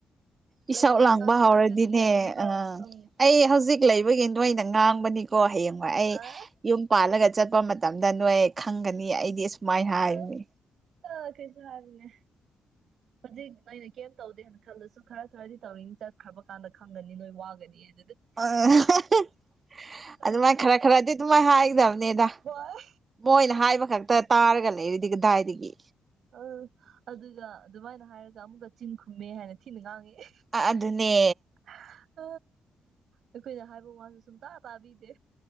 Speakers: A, on the right (about 45°); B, on the right (about 70°).
A: ꯢꯁꯧ
B: ꯂꯩꯇꯕ
A: ꯂꯥꯡꯕ
B: ꯀꯥꯟꯗ ꯈꯪꯒꯅꯤ
A: ꯍꯧꯔꯗꯤꯅꯦ
B: ꯍꯥꯏꯅꯤ ꯍꯣꯏ
A: ꯑ
B: ꯎꯝ
A: ꯑꯩ ꯍꯧꯖꯤꯛ ꯂꯩꯕꯒꯤ ꯅꯣꯢꯅ ꯉꯥꯡꯕꯅꯤꯀꯣ ꯍꯌꯦꯡꯋꯥꯢ ꯑꯩ
B: ꯑ
A: ꯌꯨꯝ ꯄꯥꯜꯂꯒ ꯆꯠꯄ ꯃꯇꯝꯗ ꯅꯣꯏ ꯈꯪꯒꯅꯤ ꯑꯩꯗꯤ ꯑꯁꯨꯃꯥꯏꯅ ꯍꯥꯏꯕꯅꯤ
B: ꯑꯥꯎ ꯑ ꯀꯩꯁꯨ ꯍꯥꯢꯕꯅꯦ ꯍꯧꯖꯤꯛ ꯅꯣꯏꯅ ꯀꯩꯝ ꯇꯧꯗꯦꯅ ꯈꯜꯂꯁꯨ ꯈꯔ ꯈꯔꯗꯤ ꯇꯧꯔꯤꯅꯤ ꯆꯠꯈ꯭ꯔꯕ ꯀꯥꯟꯗ ꯈꯪꯒꯅꯤ ꯅꯣꯏ ꯋꯥꯒꯅꯤꯅ꯫
A: <unintelligible>
B: ꯑ
A: ꯑꯗꯨꯃꯥꯏ ꯈꯔ ꯈꯔꯗꯤ ꯑꯗꯨꯃꯥꯏ ꯍꯥꯏꯒꯗꯕꯅꯤꯗ
B: ꯍꯣꯏ
A: ꯃꯣꯏꯅ ꯍꯥꯏꯕ ꯈꯛꯇ ꯇꯥꯔꯒ ꯂꯩꯔꯗꯤ ꯀꯗꯥꯏꯗꯒꯤ
B: ꯑꯥ ꯑꯗꯨꯒ ꯑꯗꯨꯃꯥꯏꯅ ꯍꯥꯏꯔꯒ ꯑꯃꯨꯛꯀꯥ ꯆꯤꯟ ꯈꯨꯝꯃꯦ ꯍꯥꯏꯅ ꯊꯤꯅ ꯉꯥꯡꯉꯦ <unintelligible>
A: ꯑꯥ ꯑꯗꯨꯅꯦ
B: <unintelligible> ꯑꯩꯈꯣꯏꯅ ꯍꯥꯏꯕ ꯋꯥꯁꯨ ꯁꯨꯡꯇꯥꯥ ꯇꯥꯕꯤꯗꯦ